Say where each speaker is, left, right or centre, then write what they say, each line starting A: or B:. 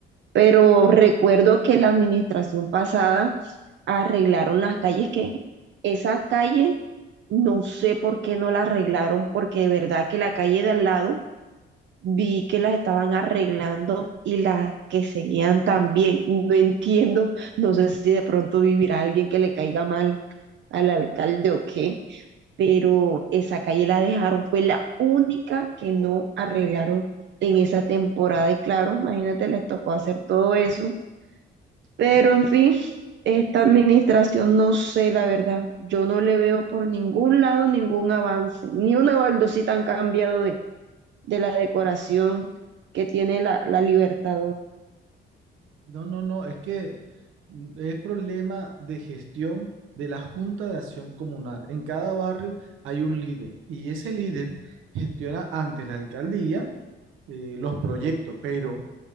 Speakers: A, on the right; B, on the right.
A: Pero recuerdo que la administración pasada arreglaron las calles, que esas calles no sé por qué no la arreglaron, porque de verdad que la calle de al lado vi que las estaban arreglando y las que seguían también. No entiendo, no sé si de pronto vivirá alguien que le caiga mal al alcalde o qué, pero esa calle la dejaron, fue la única que no arreglaron en esa temporada y claro, imagínate, les tocó hacer todo eso, pero
B: No,
A: en fin, esta administración no sé, la verdad, yo no le veo por ningún lado ningún avance, ni una baldosita han cambiado de, de la decoración que tiene la, la Libertador.
B: no, no, no, es que mm, es problema de gestión de la Junta de Acción Comunal. En cada barrio hay un líder y ese líder gestiona ante la alcaldía eh, los proyectos, pero